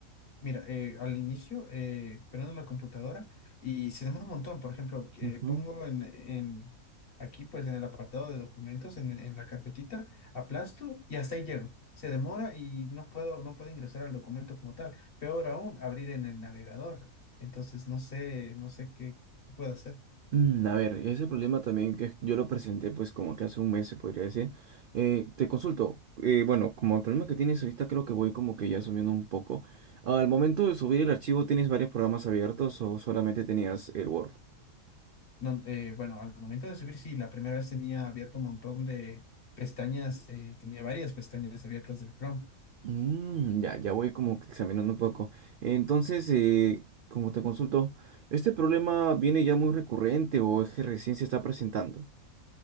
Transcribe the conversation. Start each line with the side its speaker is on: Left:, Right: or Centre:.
Left: Mira, eh, al inicio eh, prendo la computadora y se demora un montón. Por ejemplo, eh,
Right: ujú.
Left: pongo en, en- aquí, pues en el apartado de documentos, en, en la carpetita, aplasto y hasta ahí llego. Se demora y no puedo, no puedo ingresar al documento como tal. Peor aún, abrir en el navegador. Entonces, no sé, no sé qué, qué puedo hacer.
Right: Mm, a ver, ese problema también que yo lo presenté pues como que hace un mes se podría decir. Eh, te consulto, eh, bueno, como el problema que tienes ahorita creo que voy como que ya asumiendo un poco. Al momento de subir el archivo, ¿tienes varios programas abiertos o solamente tenías el Word?
Left: No, eh, bueno, al momento de subir, sí, la primera vez tenía abierto un montón de pestañas, eh, tenía varias pestañas abiertas del Chrome.
Right: Mm, ya, ya voy como que examinando un poco. Entonces, eh, como te consulto, ¿este problema viene ya muy recurrente o es que recién se está presentando?